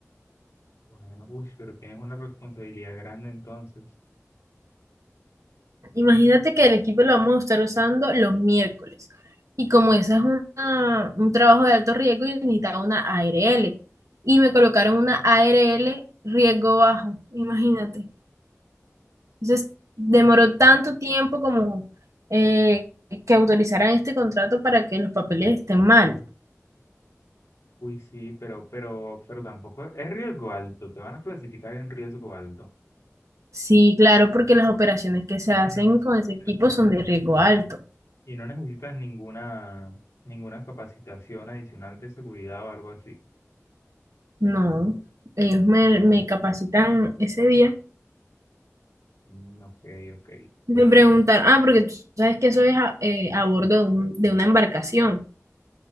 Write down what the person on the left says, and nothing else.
bueno, uy, pero tienes una responsabilidad grande entonces.
Uy, sí, pero, pero, pero tampoco es riesgo alto, te van a clasificar en riesgo alto.
Y no necesitas,
y no necesitas ninguna, ninguna capacitación adicional de seguridad o algo así.
Mm, ok, ok.